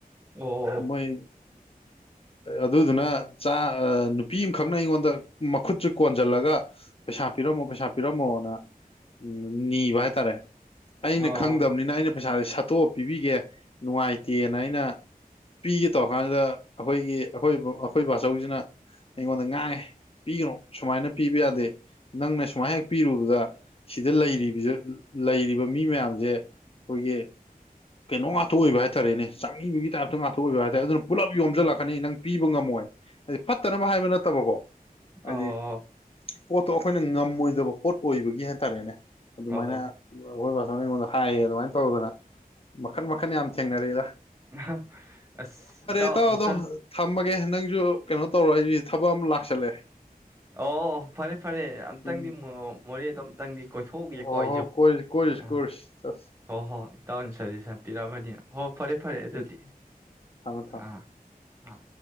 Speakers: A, on the right; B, on the left.
A: ꯑꯣ
B: ꯃꯣꯏ ꯑꯗꯨ ꯑꯗꯨꯅ ꯆꯥ ꯅꯨꯄꯤ ꯑꯃꯈꯛꯅ ꯑꯩꯉꯣꯟꯗ ꯃꯈꯨꯠꯁꯤ ꯀꯣꯟꯁꯤꯜꯂꯒ ꯄꯩꯁꯥ ꯄꯤꯔꯝꯃꯣ ꯄꯩꯁꯥ ꯄꯤꯔꯝꯃꯣꯅ ꯎꯝ ꯅꯤꯕ ꯍꯥꯏꯇꯥꯔꯦ ꯑꯩꯅ
A: ꯑꯣ
B: ꯈꯪꯗꯕꯅꯤꯅ ꯑꯩꯅ ꯄꯩꯁꯥꯥꯁꯦ ꯁꯠꯇꯣꯛꯑ ꯄꯤꯕꯤꯒꯦ ꯅꯨꯡꯉꯥꯏꯇꯦꯅ ꯑꯩꯅ ꯄꯤꯒꯦ ꯇꯧꯔ ꯀꯥꯟꯁꯤꯗ ꯑꯩꯈꯣꯏꯒꯤ ꯑꯩꯈꯣꯏ ꯑꯩꯈꯣꯏ ꯕꯥꯆꯧꯁꯤꯅ ꯑꯩꯉꯣꯟꯗ ꯉꯥꯡꯉꯦ ꯄꯤꯒꯅꯣ ꯁꯨꯃꯥꯏꯅ ꯄꯤꯕ ꯌꯥꯗꯦ ꯅꯪꯅ ꯁꯨꯃꯥꯏꯅ ꯍꯦꯛ ꯄꯤꯔꯨꯕꯗ ꯁꯤꯗ ꯂꯩꯔꯤꯕ ꯂꯩꯔꯤꯕ ꯃꯤ ꯃꯌꯥꯝꯁꯦ ꯑꯩꯈꯣꯏꯒꯤ ꯀꯩꯅꯣ ꯉꯥꯛꯇ ꯉꯥꯊꯣꯛꯑꯣꯏꯕ ꯍꯥꯏꯇꯥꯥꯔꯦꯅꯦ ꯆꯪꯤꯕꯒꯤ ꯇꯥꯏꯞꯇ ꯉꯥꯛꯊꯣꯛꯏꯕ ꯍꯥꯏ ꯇꯔꯦ ꯑꯗꯨꯅ ꯄꯨꯂꯞ ꯌꯣꯝꯁꯤꯜꯂꯛꯀꯅꯤ ꯅꯪ ꯄꯤꯕ ꯉꯝꯃꯣꯏ ꯍꯥꯏꯗꯤ ꯐꯠꯇꯅꯕ ꯍꯥꯏꯕ ꯅꯠꯇꯕꯀꯣ
A: ꯑꯣ
B: ꯑꯗ ꯄꯣꯠꯇꯣ ꯑꯩꯈꯣꯏꯅ ꯉꯝꯃꯣꯏꯗꯕ ꯄꯣꯠ ꯑꯣꯏꯕꯒꯤ ꯍꯥꯏꯇꯥꯔꯦꯅꯦ ꯑꯗꯨꯃꯥꯏꯅ
A: ꯑꯣ
B: ꯑꯩꯈꯣꯏ ꯑꯩꯉꯣꯟꯗ ꯍꯥꯏꯌꯦ ꯑꯗꯨꯃꯥꯏꯅ ꯇꯧꯗꯅ ꯃꯈꯟ ꯃꯈ ꯃꯈꯈꯟꯅ ꯌꯥꯝ ꯊꯦꯡꯅꯔꯦꯗꯥ
A: ꯑ ꯑꯁ ꯏꯇꯥꯎ
B: ꯏꯇꯥꯎꯗꯣ
A: ꯑꯝꯇ
B: <unintelligible> ꯅꯪꯁꯨ ꯀꯩꯅꯣ ꯇꯧꯔꯣ ꯑꯩꯁꯤ ꯊꯕꯛ ꯑꯃ ꯂꯥꯛꯁꯜꯂꯦ
A: ꯑꯣ ꯐꯔꯦ ꯐꯔꯦ ꯑꯝꯇꯪꯗꯤ
B: ꯎꯝ
A: ꯃꯣꯔꯦꯗꯣ ꯑꯝꯇꯪꯗꯤ ꯀꯣꯏꯊꯣꯛꯎꯒꯦꯀꯣ
B: ꯍꯣ
A: ꯑꯩꯁꯨ
B: ꯍꯣ ꯀꯣꯏꯔꯨꯁꯤ ꯀꯣꯏꯔꯨꯁꯤ
A: ꯑ
B: ꯀꯣꯏꯔꯨꯁꯤ ꯆꯠꯁꯤ
A: ꯍꯣꯏ ꯍꯣꯏ ꯏꯇꯥꯎꯟ ꯁꯖꯦꯁꯟ ꯄꯤꯔꯝꯃꯅꯤꯅ ꯍꯣ ꯐꯔꯦ ꯐꯔꯦ
B: ꯎꯝ
A: ꯑꯗꯨꯗꯤ
B: ꯊꯝꯃꯦ ꯊꯝꯃꯦ
A: ꯑꯥ ꯑꯥ